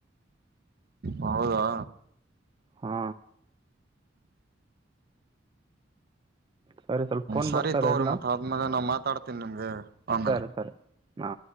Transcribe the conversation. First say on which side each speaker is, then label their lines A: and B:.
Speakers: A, on the right (about 55°); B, on the right (about 25°).
A: ಹೌದಾ
B: ಹಾ ಸರಿ ಸ್ವಲ್ಪ ಫೋನ್
A: ಸರಿ
B: ಬರ್ತಾದೆ
A: ತಗೋರಿ
B: ಇಡ್ಲಾ
A: ಮತ್ ಆದ್ಮೇಲೆ ನಾ ಮಾತಾಡ್ತೀನಿ ನಿಮ್ಗೆ ಆಮೇಲೆ
B: ಸರಿ ಸರಿ ಹಾ